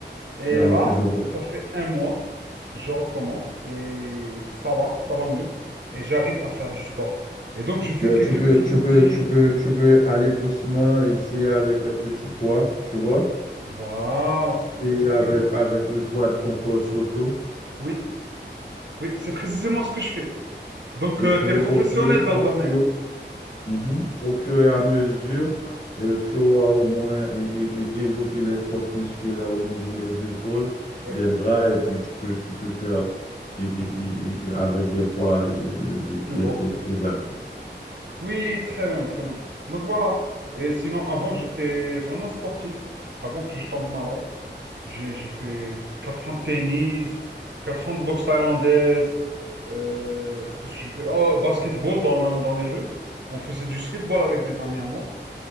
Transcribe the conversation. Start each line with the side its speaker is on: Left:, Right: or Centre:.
Right: Et
Left: Ah,
Right: là,
Left: ok, je vois.
Right: ça fait un mois, je recommence et ça va, ça va mieux. Et j'arrive à faire du sport. Et donc, je fais
Left: Euh,
Right: quelques
Left: tu peux,
Right: petits footings.
Left: tu peux, tu peux, tu peux aller doucement, essayer avec les petits
Right: Voilà,
Left: poids, tu vois?
Right: Voilà.
Left: Et
Right: précisément.
Left: avec, avec le poids de ton corps surtout.
Right: Oui, oui, c'est précisément ce que je fais. Donc,
Left: Et
Right: euh,
Left: puis,
Right: tu es professionnel
Left: au fur,
Right: dans
Left: au
Right: le domaine.
Left: fur, mhm, au fur et à mesure,
Right: Oui,
Left: euh, tu auras au moins et, et- et développer les forces musculaires au niveau des épaules,
Right: ouais,
Left: des bras, et puis tu peux, tu peux faire et- et-
Right: le
Left: et- et avec des poids et, euh,
Right: plus
Left: des,
Right: grand.
Left: des, des haltères.
Right: Oui, très bien, très bien. Donc, voilà. Et sinon, avant, j'étais vraiment sportif. Avant que je tombe malade, j'ai j'ai fait 4 ans de tennis, 4 ans de boxe thaïlandaise. Euh, ce que je fais, oh, basketball dans, la- dans les rues. On faisait du streetball avec des amis à moi.